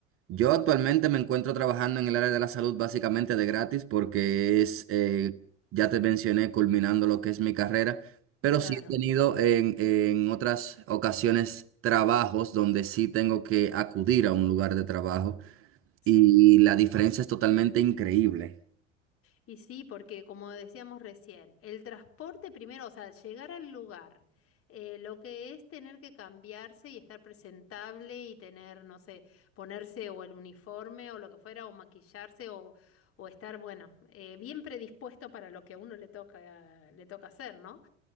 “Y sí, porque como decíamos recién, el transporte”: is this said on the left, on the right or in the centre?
Left